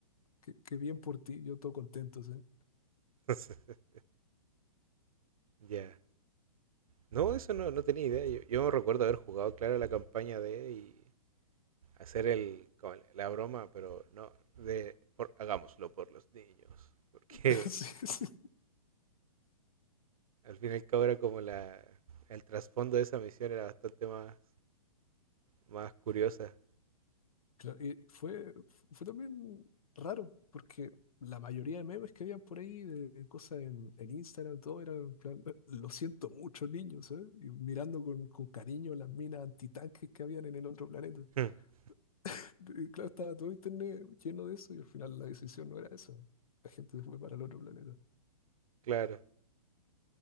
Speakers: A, on the left; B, on the right.
A: qué, qué bien por ti, yo todo contento, ¿sí?
B: <laughs> ya. No, eso no, no tenía idea. Yo, yo recuerdo haber jugado, claro, la campaña de y hacer el, como la broma, pero no, de por- hagámoslo por los niños. Porque
A: <laughs> Sí, sí.
B: al fin y al cabo era como la, el trasfondo de esa misión era bastante más, más curiosa.
A: Claro, y fue, fue también raro, porque la mayoría de memes que habían por ahí, de cosas en, en Instagram, todo era en plan, "Eh, lo siento mucho, niños, ¿eh?", Y mirando con, con cariño las minas antitanques que habían en el otro planeta.
B: <laughs>
A: <laughs> Y claro, estaba todo internet lleno de eso y al final la decisión no era eso. La gente se fue para el otro planeta.
B: Claro.